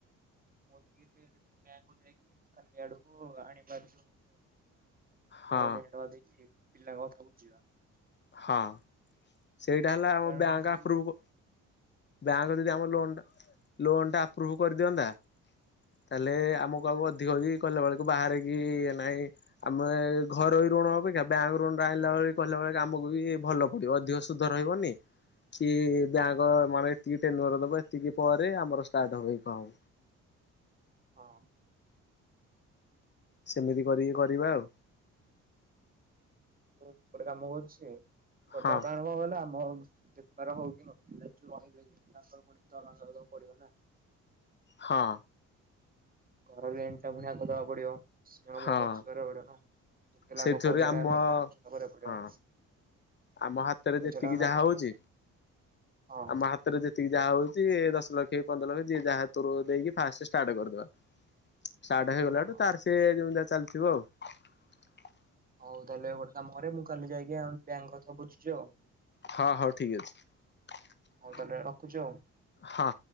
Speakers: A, on the right; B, on the left.
A: ମୁଁ <unintelligible> ବ୍ୟାଙ୍କକୁ ଯାଇକି କାଲି ଆଡକୁ ଆଣିିବାର
B: ହଁ
A: ଲୋନ୍ <unintelligible> <unintelligible>
B: ହଁ ସେଇଟା ହେଲା
A: ବେପାର
B: ଆମ ବ୍ୟାଙ୍କ
A: ହଉଛି
B: ଆପ୍ରୁଭ୍। ବ୍ୟାଙ୍କ ଯଦି ଆମ ଲୋନ୍ଟା ଲୋନ୍ଟା ଆପ୍ରୁଭ୍ କରିଦିଅନ୍ତା ତାହେଲେ
A: ହଁ
B: ଆମକୁ ଆଉ ଅଧିକ ବି କଲା ବେଳକୁ ବାହାରିକି ନାହିଁ ଆମେ ଘରୋଇ ଋଣ ଅପେକ୍ଷା ବ୍ୟାଙ୍କ ଋଣ ଟା ଆଣିଲା ବେଳେ କହିଲା ବେଳେ କାମକୁ ବି ଭଲ ପଡିବ ଅଧିକ ସୁଧ ରହିବନି। କିଏ ବ୍ୟାଙ୍କ ମଳେ ଏତିକିଟେ ନରଦବ ଏତିକି ପରେ ଆମର ଷ୍ଟାର୍ଟ ହଇକଉ।
A: ହଁ
B: ସେମିତି କରିକି କରିବା ଆଉ।
A: ମୁଁ ଗୋଟେ କାମ କରୁଛି କରିଦବା
B: ହଁ
A: କାରଣ କଣ କହିଲ ଆମ ତାର ହଉ କି ନ ପିଲା ଯୋଉ ରହିବେ ତାଙ୍କର ପୁଣି ଦରମାଟା ଦବାକୁ ପଡିବ ନା!
B: ହଁ।
A: ଘର ରେଣ୍ଟ ଟା ଫୁଣି ଆଗ ଦବାକୁ ପଡିବ। <unintelligible> ଖର୍ଚ୍ଚ
B: ହଁ
A: କରିବାକୁ ପଡିବ ନା ଯେତେ ହେଲେ
B: ସେଇଥିରୁ
A: ଆଗ ପଇସାଟା
B: ଆମ
A: <unintelligible> ପଡିବ।
B: ହଁ ଆମ ହାତରେ
A: ପଇସା
B: ଯେତିକି
A: ଟା ମ୍ୟାନେଜ
B: ଯାହା ହଉଛି
A: ହଁ
B: ଆମ ହାତରେ ଯେତିକି ଯାହା ହଉଚି ଦଶ ଲକ୍ଷ କି ପନ୍ଦର ଲକ୍ଷ ଯିଏ ଯାହା <unintelligible> ଦେଇକି ଫାଷ୍ଟ ଷ୍ଟାର୍ଟ କରିଦବା। ଷ୍ଟାର୍ଟ ହେଇଗଲାଠୁ
A: ହଁ
B: ତାର ସେ ଯେମିତି ଚାଲିଥିବ ଆଉ।
A: ହଉ ତାହେଲେ ଗୋଟେ କାମ କରେ ମୁଁ କାଲି ଯାଇକି ଆଗ ବ୍ୟାଙ୍କ କଥା ବୁଝୁଚି ଆଉ।
B: ହଁ ହଉ ଠିକ ଅଛି।
A: ହଉ ତାହେଲେ ରଖୁଚି ଆଉ।
B: ହଁ।